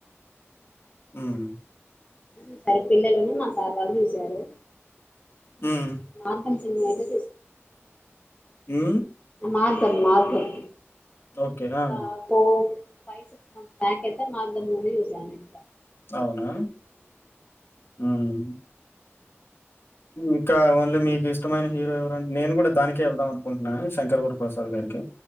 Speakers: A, on the left (about 55°); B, on the left (about 25°).
A: ఉమ్
B: ఇద్దరు పిల్లలు మా సార్ వాళ్ళు చూసారు
A: హ్మ్.
B: మార్గం చిన్నదయితే
A: ఉ
B: మార్గల్ మార్గల్
A: ఓకే. ఆ!
B: తా పో ఫైవ్ సిక్స్ మంత్స్ బ్యాక్ అయితే మాకు దమ్ ముందు చూసా ఎక్కువ
A: అవునా హ్మ్ ఇంకా ఓన్లీ మీకు ఇష్టమైన హీరో ఎవర నేను కూడా దానికే ఎళ్దాం అనుకుంటున్నా శంకర్ వర ప్రసాద్ గారిక